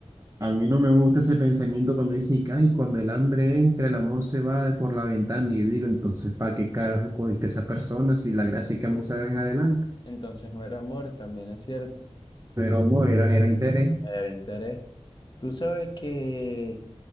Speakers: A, on the right; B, on the left.
A: A mí no me gusta ese pensamiento cuando dicen, que, ay, cuando el hambre entra, el amor se va de por la ventana. Y yo digo, entonces, ¿para qué carajo escogiste a esa persona si la gracia es que ambos salgan adelante?
B: Entonces no era amor, también es cierto,
A: Pero amor, era, era interés.
B: era interés. Tú sabes que,